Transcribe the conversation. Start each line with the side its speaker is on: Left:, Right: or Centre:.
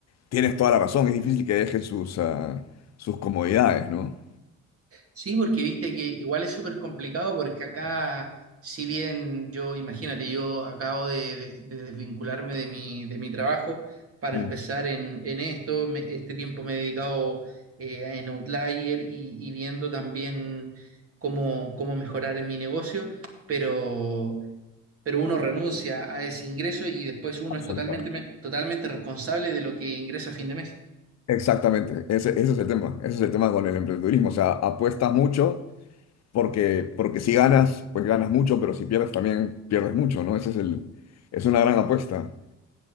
Left: Tienes toda la razón, es difícil que dejen sus, ah, sus comodidades, ¿no?
Right: Sí, porque viste que igual es súper complicado porque acá, si bien yo, imagínate, yo acabo de, de- de desvincularme de mi, de mi trabajo para
Left: Sí.
Right: empezar en, en esto, me- este tiempo me he dedicado eh, a- en Outlier y, y viendo también cómo, cómo mejorar en mi negocio, pero, pero uno renuncia a ese ingreso y después uno
Left: Absolutamente.
Right: es totalmente, me- totalmente responsable de lo que ingresa a fin de mes.
Left: Exactamente, ese, ese es el tema, ese es el tema con el emprendedurismo, o sea, apuestas mucho porque, porque si ganas, pues ganas mucho, pero si pierdes también pierdes mucho, ¿no? Ese es el, es una gran apuesta.